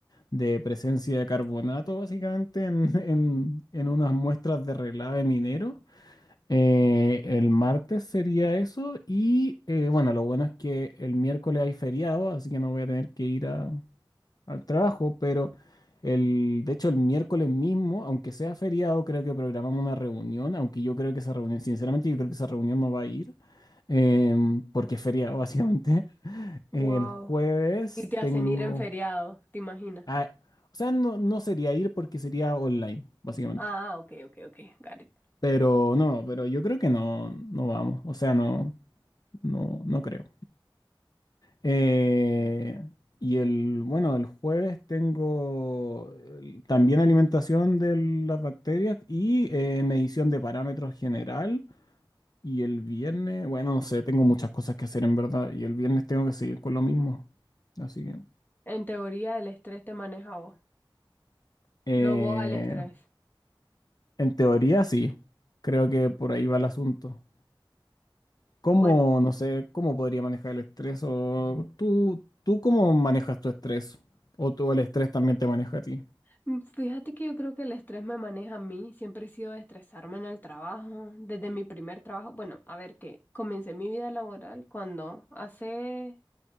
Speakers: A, on the left (about 50°); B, on the left (about 20°).
A: de presencia de carbonato, básicamente, en, <laughs> en- en unas muestras de relave minero. Eh, el martes sería eso y, eh, bueno, lo bueno es que el miércoles hay feriado, así que no voy a tener que ir a al trabajo, pero el, de hecho el miércoles mismo, aunque sea feriado, creo que programamos una reunión, aunque yo creo que esa reunión, sinceramente yo creo que esa reunión no va a ir, em, porque es feriado básicamente. <laughs>
B: Wow.
A: El jueves
B: Y te hacen
A: tengo...
B: ir en feriado, ¿te imaginas?
A: ah, o sea, no, no sería ir porque sería online, básicamente.
B: Ah, ok, ok, ok, got it.
A: Pero no, pero yo creo que no, no vamos, o sea, no, no, no creo. Eh, y el, bueno, el jueves tengo el- también alimentación de las bacterias y eh, medición de parámetros general. Y el viernes, bueno, no sé, tengo muchas cosas que hacer en verdad. Y el viernes tengo que seguir con lo mismo. Así que,
B: En teoría, el estrés te maneja a vos,
A: eh,
B: no vos al estrés.
A: en teoría sí, creo que por ahí va el asunto. ¿Cómo,
B: Bueno,
A: no sé, cómo podría manejar el estrés? ¿O tú, tú cómo manejas tu estrés? ¿O tú el estrés también te maneja a ti?
B: mm, fíjate que yo creo que el estrés me maneja a mí. Siempre he sido de estresarme en el trabajo, desde mi primer trabajo. Bueno, a ver que comencé mi vida laboral cuando hace